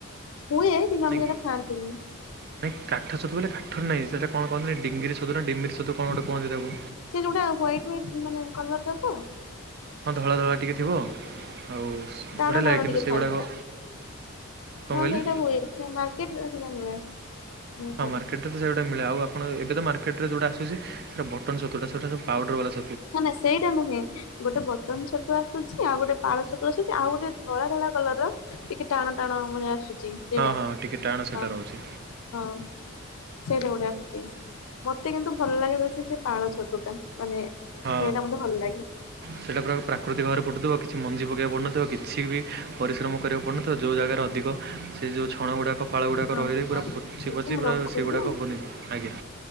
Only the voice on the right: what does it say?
ନାଇଁ
ନାଇଁ କାଠ ଛତୁ କହିଲେ କାଠରେ ନାଇ, ସେଟା କଣ କହନ୍ତି ଡିଙ୍ଗିରି ଛତୁ ନା ଡିମିରି ଛତୁ କଣ ଗୋଟେ
କୁହନ୍ତି ତାକୁ।
ହଁ ଧଳା ଧଳା ଟିକେ ଥିବ, ଆଉ
ବଢ଼ିଆ
ଲାଗେ କିନ୍ତୁ
ସେଗୁଡ଼ାକ
କଣ
କହିଲେ?
ହଁ ମାର୍କେଟରେ ତ ସେଇଗୁଡା ମିଳେ। ଆଉ ଆପଣ ଏବେ ତ ମାର୍କଟରେ ଯୋଉଟା ଆସେ ଛି ସେଇଟା ବଟନ ଛତୁଟା ସେଇଟାର ପାଉଡର ବାଲା ଛ
ହଁ ହଁ ଟିକେ ଟାଣ ସେଟା
ରହୁଛି
ହଁ
ସେଟା ପୁରା ପ୍ରାକୃତିକ ଘରେ ଫୁଟୁଥିବ କିଛି ମଞ୍ଜି କରିବାକୁ ପଡି ନଥିବ କିଛି ବି ପରିଶ୍ରମ କରିବାକୁ ପଡି ନଥିବ, ଯୋଉ ଜାଗାରେ ଅଧିକ ସେ ଯୋଉ ଛଣ ଗୁଡ଼ାକ ପାଳ ଗୁଡ଼ାକ
ରହିିରହି
ପୁରା
ପଚି
ପଚି
ପୁରା
ସେଗୁଡ଼ାକ ବନିଛି ଆଜ୍ଞା।